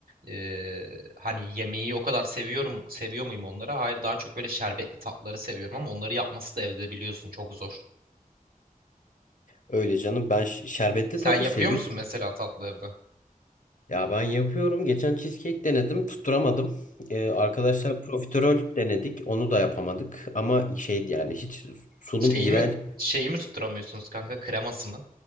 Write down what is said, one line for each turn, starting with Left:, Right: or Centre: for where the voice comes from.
Right: e, hani yemeği o kadar seviyorum. Seviyor muyum onları? Hayır daha çok böyle şerbetli tatlıları seviyorum ama onları yapması da evde biliyorsun çok zor.
Left: Öyle canım ben ş- şerbetli
Right: Sen
Left: tatlı
Right: yapıyor
Left: seviyorum.
Right: musun mesela tatlı evde?
Left: Ya ben yapıyorum. Geçen cheesecake denedim. Tutturamadım. Ee, arkadaşlar profiterol denedik. Onu da yapamadık. Ama şeydi yani hiç sunum
Right: Şeyi
Left: iğrenç.
Right: mi, şeyi mi tutturamıyorsunuz kanka kremasını?